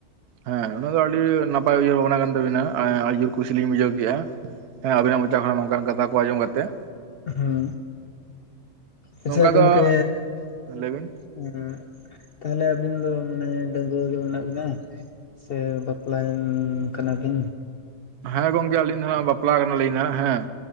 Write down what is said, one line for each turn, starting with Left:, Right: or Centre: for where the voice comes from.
Right: ᱦᱮᱸ ᱩᱱᱟᱹᱜ ᱫᱚ ᱟᱹᱰᱤ ᱱᱟᱯᱟᱭ ᱩᱭᱦᱟᱹᱨ ᱵᱷᱟᱵᱱᱟ ᱠᱟᱱ ᱛᱟᱵᱤᱱᱟ ᱟᱹᱰᱤ ᱡᱳᱨ ᱠᱩᱥᱤ ᱞᱤᱧ ᱵᱩᱡᱷᱟᱹᱣ ᱠᱮᱼᱟ ᱾ ᱦᱮᱸ ᱟᱵᱤᱱᱟᱜ ᱢᱚᱪᱟ ᱠᱷᱚᱱᱟᱜ ᱱᱚᱝᱠᱟᱱ ᱠᱟᱛᱷᱟ ᱠᱚ ᱟᱸᱡᱚᱢ ᱠᱟᱛᱮᱫ
Left: ᱦᱩᱸ ᱟᱪᱪᱷᱟ
Right: ᱱᱚᱝᱠᱟ ᱫᱚ
Left: ᱜᱚᱝᱠᱮ
Right: ᱞᱟᱹᱭ ᱵᱤᱱ
Left: ᱦᱩᱸ ᱛᱟᱦᱚᱞᱮ ᱟᱹᱵᱤᱱ ᱫᱚ ᱢᱟᱱᱮ ᱰᱟᱹᱜᱩᱣᱟᱹ ᱜᱮ ᱢᱮᱱᱟᱜ ᱵᱤᱱᱟ ᱥᱮ ᱵᱟᱯᱞᱟᱭᱮᱱ ᱠᱟᱱᱟᱵᱤᱱ
Right: ᱦᱮᱸ ᱜᱚᱝᱠᱮ ᱟᱞᱤᱧ ᱫᱚ ᱦᱟᱜ ᱵᱟᱯᱞᱟ ᱠᱟᱱᱟᱞᱤᱧ ᱦᱟᱜ ᱦᱮᱸ